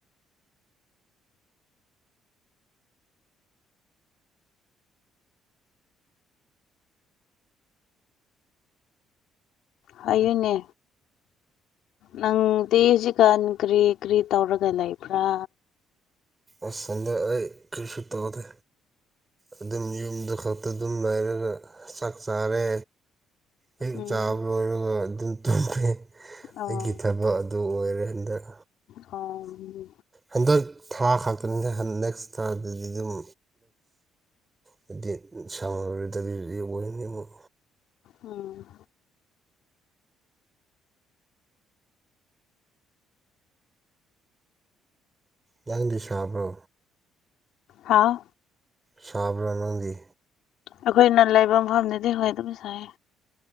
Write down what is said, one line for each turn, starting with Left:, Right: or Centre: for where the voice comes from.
Left: ꯍꯥꯏꯌꯨꯅꯦ ꯅꯪꯗꯤ ꯍꯧꯖꯤꯛꯀꯥꯟ ꯀ꯭ꯔꯤ ꯀ꯭ꯔꯤ ꯇꯧꯔꯒ ꯂꯩꯕ꯭ꯔꯥ
Right: ꯑꯁ ꯑꯗꯣ ꯑꯩ ꯀꯔꯤꯁꯨ ꯇꯧꯗꯦ ꯑꯗꯨꯝ ꯌꯨꯝꯗꯨ ꯈꯛꯇ ꯑꯗꯨꯝ ꯂꯩꯥꯏꯔꯒ ꯆꯥꯛ ꯆꯥꯔꯦ ꯍꯦꯛ
Left: ꯎꯝ
Right: ꯆꯥꯕ ꯂꯣꯏꯔꯒ ꯑꯗꯨꯝ ꯇꯨꯝꯃꯦ
Left: ꯑꯣ
Right: ꯑꯩꯒꯤ ꯊꯕꯛ ꯑꯗꯨ ꯑꯣꯏꯔꯦ ꯍꯟꯗꯛ
Left: ꯊꯣꯝ
Right: ꯍꯟꯗꯛ ꯊꯥ ꯈꯛꯇꯅꯤꯗ ꯅꯦꯛꯁꯊꯥꯗꯩꯗꯤ ꯑꯗꯨꯝ ꯍꯥꯏꯗꯤ ꯁꯪꯉꯔꯣꯏꯗꯕꯤ <unintelligible>
Left: ꯎꯝ
Right: ꯅꯪꯗꯤ ꯁꯥꯕ꯭ꯔꯣ
Left: ꯍꯥꯥꯎ
Right: ꯁꯥꯕꯔ ꯅꯪꯗꯤ
Left: ꯑꯈꯣꯏꯅ ꯂꯩꯕ ꯃꯐꯝꯗꯗꯤ ꯍꯣꯏ ꯑꯗꯨꯝ ꯁꯥꯏ